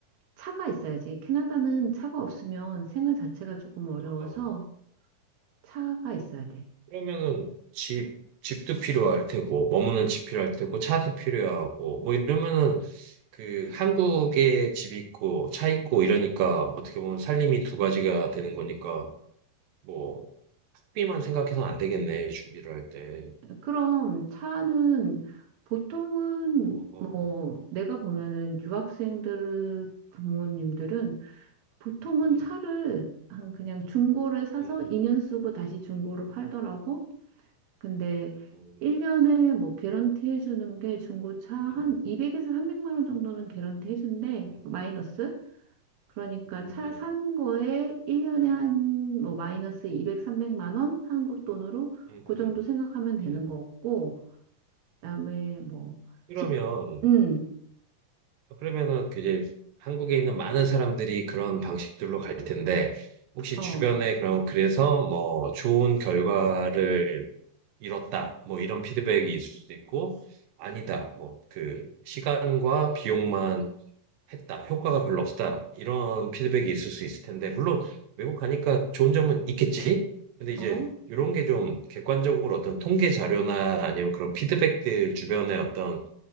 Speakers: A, on the right; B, on the right.
A: 차가 있어야지. 캐나다는 차가 없으면 생활 자체가 조금 어려워서
B: 어, 어.
A: 차가 있어야 돼.
B: 그러면은 집, 집도 필요할 테고, 머무는 집 필요할 테고, 차도 필요하고, 뭐 이러면은 그 한국에 집 있고, 차 있고 이러니까 어떻게 보면 살림이 두 가지가 되는 거니까, 뭐, 학비만 생각해서는 안 되겠네, 준비를 할 때.
A: 그럼 차는 보통은
B: 어, 어,
A: 뭐 내가 보면은 유학생들 부모님들은 보통은
B: 음,
A: 차를 한 그냥 중고를 사서
B: 음,
A: 2년 쓰고 다시 중고를 팔더라고. 근데
B: 음,
A: 1년에 뭐 개런티 해주는 게 중고차 한
B: 음,
A: 200에서 300만 원 정도는 개런티 해준대.
B: 음,
A: 마이너스. 그러니까
B: 음,
A: 차
B: 음,
A: 산 거에 1년에 한 뭐 마이너스 200, 300만 원 한국 돈으로
B: 음,
A: 그
B: 음,
A: 정도 생각하면 되는
B: 음.
A: 거고 그다음에 뭐
B: 그러면
A: 집, 음,
B: 그러면은 그 이제 한국에 있는 많은 사람들이 그런 방식들로 갈 텐데 혹시
A: 어,
B: 주변에 그럼 그래서 뭐 좋은 결과를 이뤘다 뭐 이런 피드백이 있을 수도 있고 아니다 뭐 그 시간과 비용만 했다 효과가 별로 없다 이런 피드백이 있을 수 있을 텐데 물론 외국 가니까 좋은 점은 있겠지 근데 이제
A: 어,
B: 이런 게 좀 객관적으로 어떤 통계 자료나 아니면 그런 피드백들 주변에 어떤